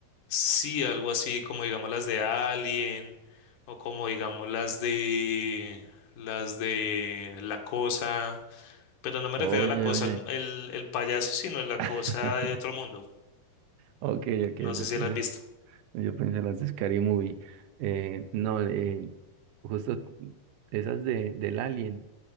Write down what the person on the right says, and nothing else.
Oye,
oye.
<laughs>
Ok, ok,
yo
pensé,
yo pensé las de Scary Movie. Eh, no, eh, justo esas de, del Alien,